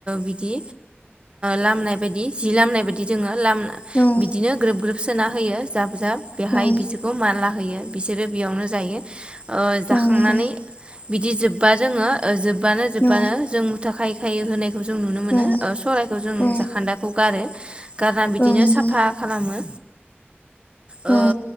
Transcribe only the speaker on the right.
बिदि लामनाय बायदि जि लामनाय बायदि जोङो लाम
बिदिनो ग्रोब ग्रोब सोना होयो जाब जाब बेहाय
बिसोरखौ माला होयो बिसोरो बेयावनो जायो जाखांनानै
बिदि जोब्बा जोङो ओ जोब्बानो जोब्बानो
जों मुथा खायै खायै होनाय जों नुनो मोनो
ओ सलायखौ जों
जाखान्दाखौ गारो। गारना बिदिनो
साफा खालामो।
ओ